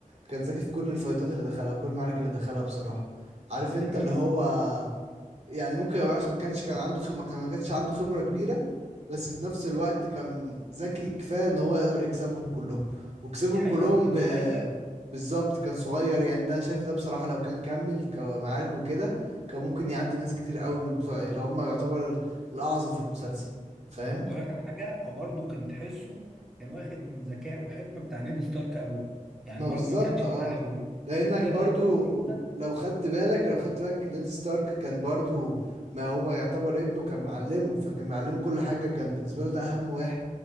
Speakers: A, on the right (about 50°); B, in the centre.
A: كان ذكي في كل الفايتات اللي دخلها وكل المعارك اللي دخلها بصراحة عارف
B: دي
A: انت
B: حقيقه
A: اللي هو يعني ممكن يبقى ما كانش كان عنده خ... ما كان ما كانش عنده خبرة كبيرة بس في نفس الوقت كان ذكي كفاية ان هو يقدر يكسبهم كلهم وكسبهم
B: دي حقيقة
A: كلهم
B: هو كان
A: ب...
B: صغير
A: بالظبط كان صغير يعني ده شايف ده بصراحة لو كان كمل كمعارك وكده كان ممكن يعدي ناس كتير قوي من بتوع اللي هم يعتبر ال- الأعظم في المسلسل فاهم
B: ولا كان حاجة هو برضه كان تحسه كان واخد من ذكاء وحكمة بتاع نيد ستارك أبوه يعني
A: ما
B: برضه
A: بالظبط
B: ما كانش
A: اه
B: متهور
A: لانك
B: هي
A: برضو
B: الغلطة الوحيدة
A: لو خدت بالك لو خدت بالك نيد ستارك كان برضو ما هو يعتبر ابنه كان معلمه فكان معلمه كل حاجة كان بالنسبة له ده اهم واحد